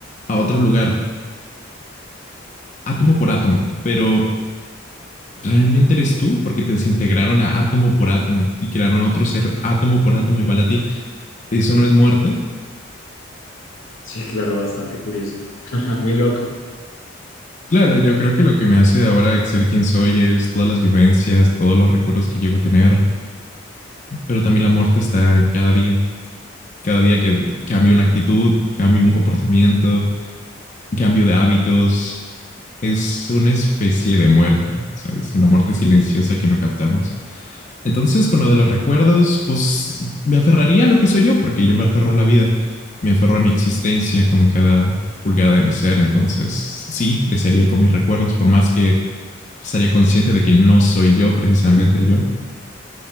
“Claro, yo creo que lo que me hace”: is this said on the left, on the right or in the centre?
Left